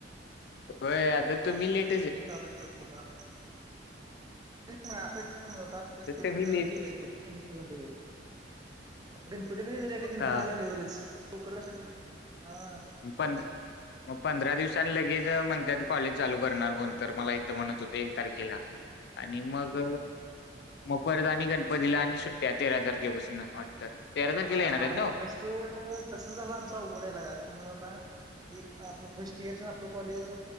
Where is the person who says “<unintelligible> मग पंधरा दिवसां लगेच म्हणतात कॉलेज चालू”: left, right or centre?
Left